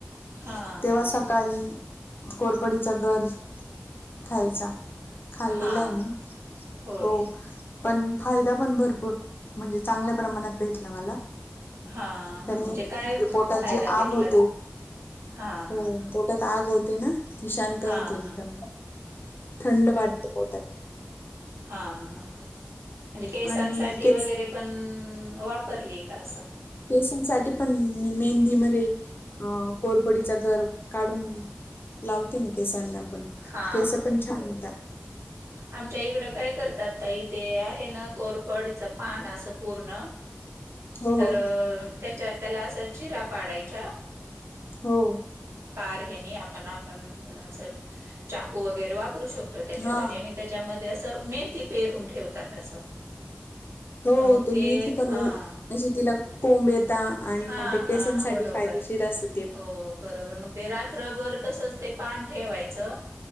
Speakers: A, on the right; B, on the left.
A: हां,
B: तेव्हा
A: हां,
B: सकाळी कोरपडीचा गर खायचा. खाल्लेलं
A: हां,
B: आहे मी
A: हां, होय.
B: हो. पण फायदा पण भरपूर म्हणजे चांगल्या प्रमाणात भेटला मला.
A: हा
B: त्यांनी
A: हा म्हणजे काय
B: पोटात
A: फायदा
B: जी आग
A: भेटलात?
B: होते
A: हां
B: हो
A: हां हां!
B: पोटात आग होते ना ती शांत
A: हां,
B: होते एकदम
A: हां,
B: थंड वाटत पोटात.
A: हा म्हणजे केसांसाठी
B: आणि केस
A: वगैरे पण वापरली का असं?
B: केसान साठी पण मी मेहंदी मध्ये अ कोरपडीचा गंर काढून लावते ना केसांना पण.
A: हा
B: केस पण
A: हा!
B: छान होता
A: आमच्या इकडं काय करतात ताई इथे आहे ना कोरपडचं पान असं पूर्ण
B: <inaudible>
A: तर
B: हो
A: त्याच्या त्याला असं चिरा पाडाच्या
B: हो!
A: कार हेनी आपण आपण चाकू वगैरे वापरू शकतो त्याच्यासाठी
B: हा
A: आणि त्याच्यामध्ये असं मेथी पेरून ठेवतात असं.
B: हो
A: तर मग
B: ते मेथी पण
A: हां,
B: अशी तिला कोंबेत आणि
A: हां,
B: मग ते केसांसाठी
A: हां, बरोबर.
B: फायदेशीर असते.
A: हो बरोबर मग ते रात्रभर तसच ते पान ठेवायचं